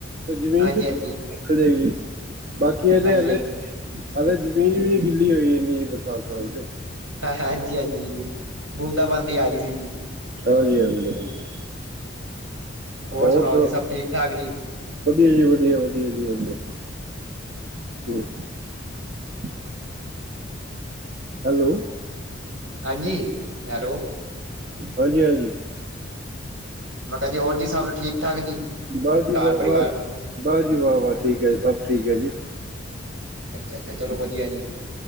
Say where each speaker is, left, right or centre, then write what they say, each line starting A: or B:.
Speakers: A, on the right; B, on the right.
A: ਜ਼ਮੀਨ
B: ਹਾਂਜੀ
A: ਚ <unintelligible>
B: ਹਾਂਜੀ
A: ਨਿਕਲ ਜਾਏਗੀ ਬਾਕੀ ਇਹਦੇ
B: ਹਾਂਜੀ
A: ਹਲੇ।। ਹਾਲੇ ਜ਼ਮੀਨ ਵੀ ਨੀ ਗਿੱਲੀ ਹੋਈ ਇੰਨੀ ਜ ਬਰਸਾਤ ਤੇ।
B: ਹਾਂਜੀ- ਹਾਂਜੀ, ਜੀ ਬੂੰਦਾ ਬਾਂਦੀ ਆ ਰਹੀ ਸੀ ਜੀ।
A: ਹਾਂਜੀ- ਹਾਂਜੀ -ਹਾਂਜੀ ਹੋਰ
B: ਸੁਣਾਓ
A: ਸੁ।
B: ਜੀ ਸਭ ਠੀਕ ਠਾਕ ਜੀ
A: ਵਧੀਆ ਜੀ ਵਧੀਆ- ਵਧੀਆ, ਜੀ ਵਧੀਆ। ਹ, ਹੈਲੋ।
B: ਹਾਂਜੀ। ਹੈਲੋ।
A: ਹਾਂਜੀ -ਹਾਂਜੀ।
B: ਮੈਂ ਕਿਹਾ ਜੀ ਹੋਰ ਜੀ ਸਭ ਠੀਕ- ਠਾਕ, ਜੀ।
A: ਬਾਾਹ ਜੀ ਵਾਹ
B: ਘਰ ਪਰਿਵਾਰ
A: -ਵਾਹ -ਵਾਹ, ਜੀ ਵਾਹ -ਵਾਹ, ਠੀਕ ਹੈ ਜੀ ਸਭ ਠੀਕ ਹੈ ਜੀ।
B: ਅੱਛਾ -ਅੱਛਾ ਚਲੋ ਵਧੀਆ ਜੀ।